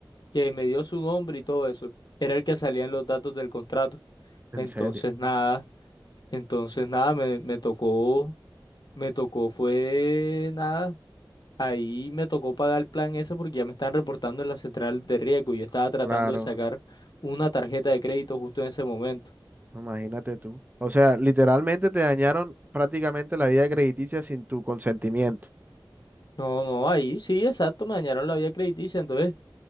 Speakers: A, on the left; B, on the right.
A: que me dio su nombre y todo eso, era el que salía en los datos del contrato.
B: en
A: Entonces
B: serio,
A: nada, entonces nada, me, me tocó, me tocó fue nada. Ahí me tocó pagar el plan ese porque ya me están reportando en la central de riesgo y yo estaba tratando
B: claro.
A: de sacar una tarjeta de crédito justo en ese momento.
B: Imagínate tú. O sea, literalmente te dañaron prácticamente la vida crediticia sin tu consentimiento.
A: No, no, ahí sí, exacto, me dañaron la vía crediticia. Entonces,